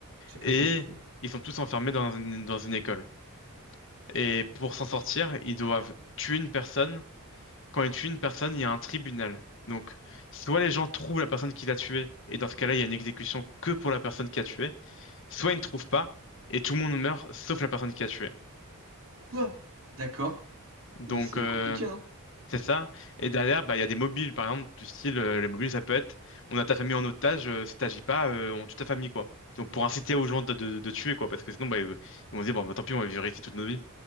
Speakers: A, on the right; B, on the left.
A: Chacun
B: Et
A: sa spé.
B: ils sont tous enfermés dans une, dans une école. Et pour s'en sortir, ils doivent tuer une personne. Quand ils tuent une personne, il y a un tribunal. Donc soit les gens trouvent la personne qui l'a tuée, et dans ce cas-là, il y a une exécution que pour la personne qui a tué soit ils ne trouvent pas, et tout le monde meurt, sauf la personne qui a tué.
A: Quoi? D'accord,
B: Donc,
A: mais c'est
B: euh,
A: compliqué, hein.
B: c'est ça. Et derrière, bah, il y a des mobiles, par exemple, du style, euh, les mobiles, ça peut être, on a ta famille en otage, euh, si t'agis pas, euh, on tue ta famille, quoi. Donc, pour inciter aux gens de, de, de tuer, quoi, parce que sinon, bah, ils, ils vont se dire, bon, bah, tant pis, on va vivre ici toute nos vies.